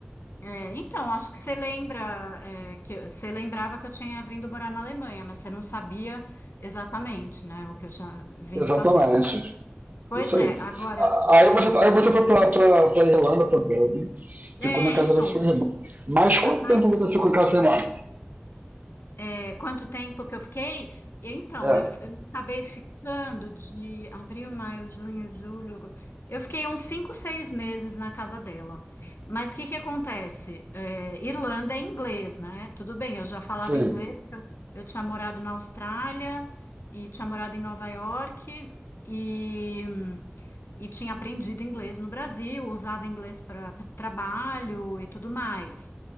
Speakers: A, on the left; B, on the right.
A: É, então, acho que você lembra, é, que eu- você lembrava que eu tinha vindo morar na Alemanha, mas você não sabia exatamente, né, o que eu tinha vindo
B: Exatamente.
A: fazer. Pois
B: Isso
A: é,
B: aí.
A: agora,
B: Ah, Aí você, tá, aí você foi pra, pra, pra Irlanda, pra Dublin,
A: é,
B: ficou na casa
A: então,
B: da sua irmã. Mas quanto
A: a-
B: tempo você ficou em casa da sua irmã?
A: É, quanto tempo que eu fiquei? Eu, Então,
B: É,
A: eu, f- eu acabei ficando de abril, maio, junho, julho. Eu fiquei uns cinco, seis meses na casa dela. Mas o que que acontece? É, Irlanda é inglês, né? Tudo bem, eu já falava
B: sim,
A: inglês. Eu, eu tinha morado na Austrália e tinha morado em Nova York e, e tinha aprendido inglês no Brasil, usava inglês para trabalho e tudo mais.